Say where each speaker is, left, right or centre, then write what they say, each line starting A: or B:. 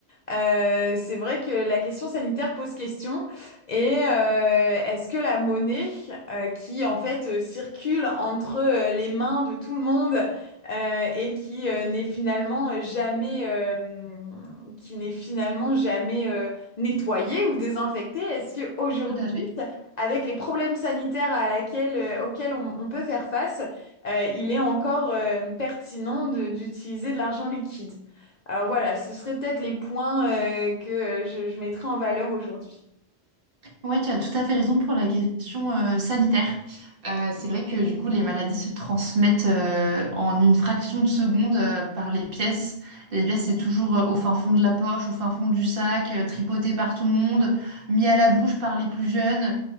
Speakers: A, on the left; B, on the right.
A: Euh, c'est vrai que la question sanitaire pose question. Et euh, est-ce que la monnaie euh, qui en fait euh, circule entre euh, les mains de tout le monde euh, et qui euh, n'est finalement jamais euh, qui n'est finalement jamais euh, nettoyée ou désinfectée, est-ce que aujourd'hui,
B: tout à fait.
A: avec les problèmes sanitaires à laquelle, euh, auxquels on, on peut faire face, euh, il est encore euh, pertinent de- d'utiliser de l'argent liquide? Alors voilà, ce seraient peut-être les points euh, que euh, je, je mettrais en valeur aujourd'hui.
B: Ouais, tu as tout à fait raison pour la question euh, sanitaire. Euh, c'est vrai que du coup, les maladies se transmettent euh, en une fraction de seconde euh, par les pièces. Les pièces, c'est toujours euh, au fin fond de la poche, au fin fond du sac, euh, tripoté par tout le monde, mis à la bouche par les plus jeunes.